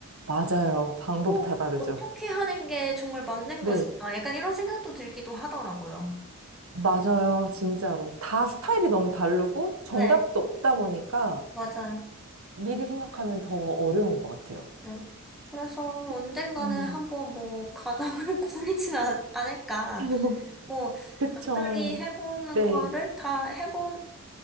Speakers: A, on the right; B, in the centre.
A: 맞아요. 방법이
B: 어,
A: 다 다르죠.
B: 어떻게 하는 게 정말 맞는
A: 네,
B: 것일까? 약간 이런 생각도 들기도 하더라고요.
A: 맞아요. 진짜로 다 스타일이 너무 다르고 정답도
B: 네,
A: 없다 보니까
B: 맞아요.
A: 미리 생각하면 더 어려운 것 같아요.
B: 네. 그래서
A: 특-
B: 언젠가는
A: 음,
B: 한번 뭐 가정을 <laughs> 꾸리진 않- 않을까.
A: <laughs>
B: 뭐
A: 그쵸.
B: 남들이 해보는
A: 네.
B: 거를 다 해보는